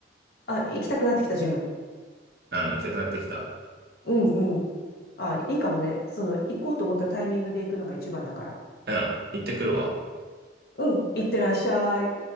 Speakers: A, on the left (about 55°); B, on the right (about 55°).
A: あ、行きたくなってきた、ジム。
B: な。うん、行きたくなってきた。
A: うんうん。あ、いいかもね。その、行こうと思ったタイミングで行くのが一番だから。
B: うん、行ってくるわ。
A: うん。行ってらっしゃい。